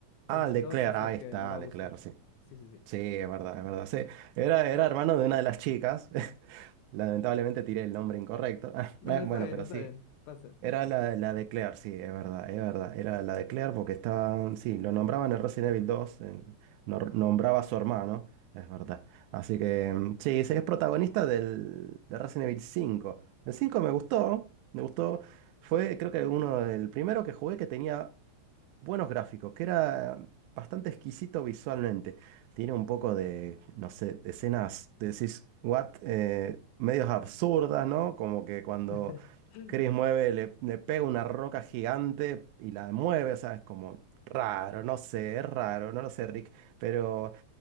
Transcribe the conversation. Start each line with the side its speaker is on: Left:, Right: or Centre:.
Left: En
Right: Ah,
Left: el
Right: el de
Left: 2
Right: Claire,
Left: es
Right: ahí
Left: el que
Right: está,
Left: le va
Right: el
Left: a buscar.
Right: de Claire, sí.
Left: Sí, sí, sí.
Right: Sí, es verdad, es verdad, sí. Era, era hermano de una de las chicas. <laughs> Lamentablemente tiré el nombre incorrecto. <laughs>
Left: No,
Right: bueno,
Left: no, está bien,
Right: pero
Left: está
Right: sí.
Left: bien. Pasa.
Right: Era la, la de Claire, sí, es verdad, es verdad. Era la de Claire porque estaban, sí, lo nombraban en Resident Evil dos en- nor- nombraba a su hermano, es verdad. Así que, mm, sí, sí, es protagonista del, de Resident Evil cinco El 5 me gustó, me gustó. Fue, creo que uno del primero que jugué que tenía buenos gráficos, que era bastante exquisito visualmente. Tiene un poco de, no sé, de escenas, de decís, what, eh, medios absurdas, ¿no? Como que cuando
Left: <laughs>
Right: Chris mueve, le, le pega una roca gigante y la mueve, o sea, es como raro, no sé, es raro, no lo sé, Rick, pero